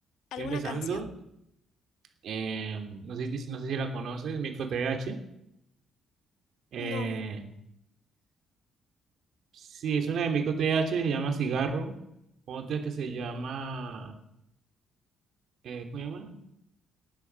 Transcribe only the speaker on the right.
estoy empezando,
eh, no sé, si- no sé si la conoces, Micro TH, eh,
sí, es una de Micro TH, se llama Cigarro, otra que se llama, eh, ¿cómo se llama?